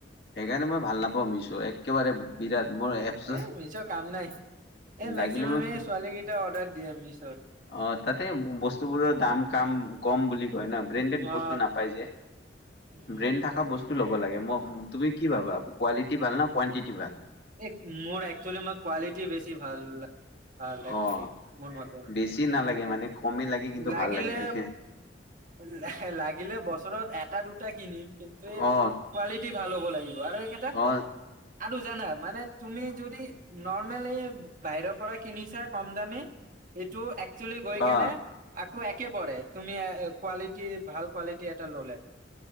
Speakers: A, on the left; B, on the right.
A: সেইকাৰণে মই ভাল নাপাওঁ মিছো। একেবাৰে বিৰাট মোৰ এপচ
B: এই মিছোৰ কাম নাই। এই
A: লাগিলে
B: মেক্সিমামে
A: মই
B: ছোৱালীকেইটা অৰ্ডাৰ দিয়ে মিছ
A: অ' তাতে বস্তুবোৰৰ দাম কাম- কম বুলি কয় ন'। ব্ৰেণ্ডেড বস্তু
B: অ
A: নাপায় যে।
B: উম
A: ব্ৰেণ্ড থকা বস্তু লব লাগে। ম- তুমি কি ভাবা, কোৱালিটি ভাল না কোৱাণ্টিটি ভাল?
B: এই মোৰ একচুৱেলি মই কোৱালিটি বেছি ভাল ভাল একচুৱেলি
A: অ'
B: মোৰ মতে
A: বেছি নালাগে মানে কমেই লাগে কিন্তু
B: লাগিলে-
A: ভাল লাগে হয়কে
B: লাগিলে বছৰত এ এটা-দুটা কিনিম। কিন্তু এই
A: অ
B: কোৱালিটি ভাল হ'ব লাগিব । আৰু এইকেটা
A: অ
B: আৰু জানা, মানে তুমি যদি নৰ্মেলি বাহিৰৰ পৰা কিনিছা কমদামী, এইটো এক কচুলি গৈ কেনে
A: অ
B: আকৌ একে পৰে। তুমি অ- কোৱালিটি কি ভাল কোৱালিটি এটা ল'লে।